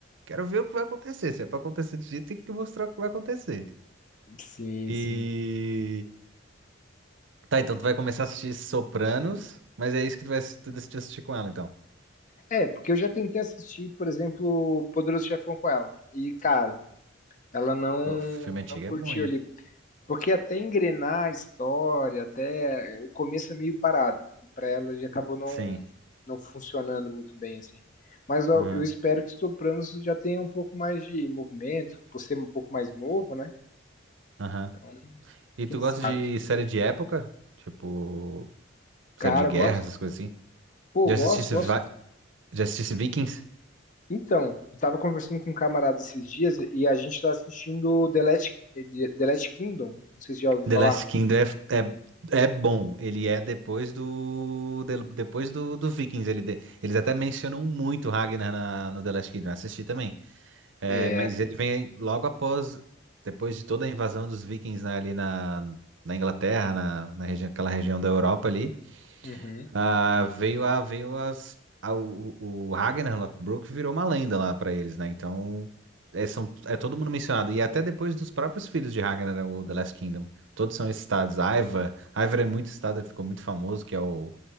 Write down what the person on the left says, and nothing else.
sim,
sim.
É, porque eu já tentei assistir, por exemplo, Poderoso Chefão com ela. E, cara, ela não,
não curtiu
ali. Porque até engrenar a história, até o começo é meio parado. E pra ela ele acabou não,
não funcionando muito bem, assim. Mas eu,
eu espero que Sopranos já tenha um pouco mais de movimento, por ser um pouco mais novo, né?
Então,
Quem
sabe?
Cara,
eu gosto.
Pô,
eu gosto,
gosto.
Então, eu tava conversando com um camarada esses dias e a gente tá assistindo The Last, The Last Kingdom. Não sei se já ouviu
falar.
É.
Uhum.